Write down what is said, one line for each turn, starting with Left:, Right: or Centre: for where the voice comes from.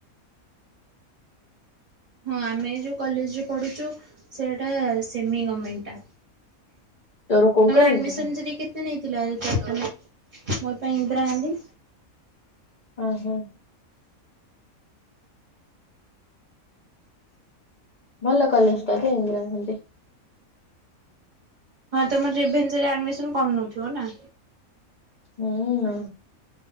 Right: ହଁ ଆମେ ଏ ଯୋଉ କଲେଜରେ ପଢୁଛୁ ସେଇଟା ସେମି ଗମେଣ୍ଟ ଟା।
Left: ତୋର କୋଉ
Right: ତମର
Left: କଲେଜ
Right: ଆଡମିସନ
Left: କି?
Right: ଯଦି କେ <unintelligible> ନେଇଥିଲ <unintelligible> ମୋର ପା ଇନ୍ଦିରା ଗାନ୍ଧୀ।
Left: ଓ ହଁ। ଭଲ କଲେଜ ଟା ଯେ ଇନ୍ଦିରାଗାନ୍ଧୀ।
Right: ହଁ ତମେ ରିଭେନସାରେ ଆଡମିସନ କରୁ ନଥିବ ନା।
Left: ମୁଁ ନା